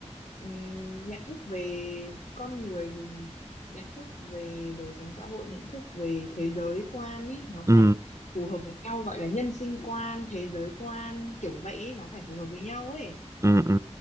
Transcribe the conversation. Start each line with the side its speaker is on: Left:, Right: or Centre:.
Left: ừm, nhận thức về con người nhận thức về đời sống xã hội nhận thức về thế giới quan ý nó
Right: ừ,
Left: phải phù hợp với nhau gọi là nhân sinh quan thế giới quan kiểu vậy ý, nó phải phù hợp với nhau ấy
Right: ừ, ừ.